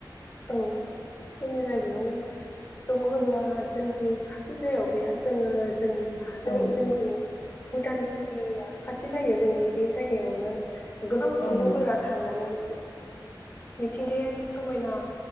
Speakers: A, on the left; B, on the left.
A: औ जोंनि जायगायाव दङ' होनब्ला जों जोंनि खाथि जायगायाव गैया। जोङो जोंनि साहाजों
B: औ नंगौ
A: जोंनि भुटान सुतिया खाथि जायो जोंनि बे जायगायावनो गोबां
B: औ
A: सुबुंफोरा
B: नंगौ
A: थांनानै मिथिंगायारि समायना